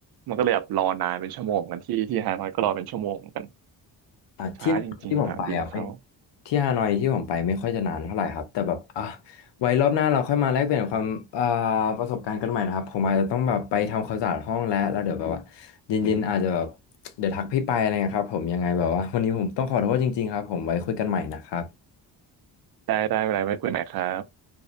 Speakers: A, on the right (about 60°); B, on the left (about 80°).
A: มันก็เลยแบบรอนานเป็นชั่วโมงเหมือนกันที่ที่ฮานอยก็รอเป็นชั่วโมงเหมือนกัน
B: อ่ะที่ที่ผมไปอ่ะไม่
A: ช้าจริงๆสนามบินเขา
B: ที่ฮานอยที่ผมไปไม่ค่อยจะนานเท่าไหร่ครับแต่แบบอ่ะไว้รอบหน้าเราค่อยมาแลกเปลี่ยนความอ่าประสบการณ์กันใหม่นะครับผมอาจจะต้องแบบไปทำความสะอาดห้องแล้วแล้วเดี๋ยวแบบว่าเย็นๆอาจจะแบบเดี๋ยวทักพี่ไปอะไรเงี้ยครับผมยังไงแบบว่าวันนี้ผมต้องขอโทษจริงๆครับผมไว้คุยกันใหม่นะครับ
A: ได้ได้เวลาไว้คุยใหม่ครับ